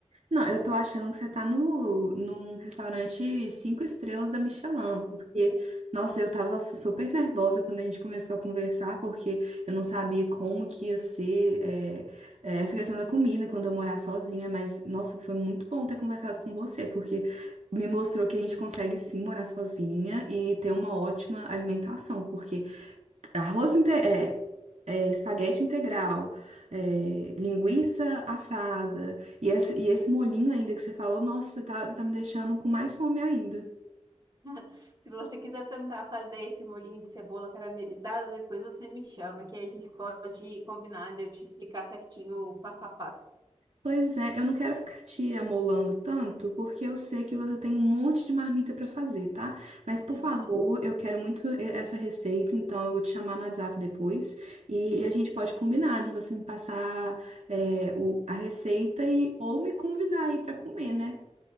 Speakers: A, on the right (about 70°); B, on the right (about 35°).
A: Não, eu tô achando que você tá no, num restaurante cinco estrelas da Michelin, porque, nossa, eu tava super nervosa quando a gente começou a conversar, porque eu não sabia como que ia ser, é, é, essa questão da comida quando eu morar sozinha, mas, nossa, foi muito bom ter conversado com você, porque me mostrou que a gente consegue sim morar sozinha e ter uma ótima alimentação, porque arroz inte- é, é, espaguete integral, é, linguiça assada, e esse, e esse molhinho ainda que você falou, nossa, tá, tá me deixando com mais fome ainda.
B: <laughs> Se você quiser tentar fazer esse molhinho de cebola caramelizada, depois você me chama, que aí a gente pode combinar de eu te explicar certinho o passo a passo.
A: Pois é, eu não quero ficar te amolando tanto, porque eu sei que você tem um monte de marmita pra fazer, tá? Mas, por
B: <laughs>
A: favor, eu quero muito e- essa receita, então eu vou te chamar no WhatsApp depois e, e a gente pode combinar de você me passar é, o- a receita e ou me convidar aí pra comer, né?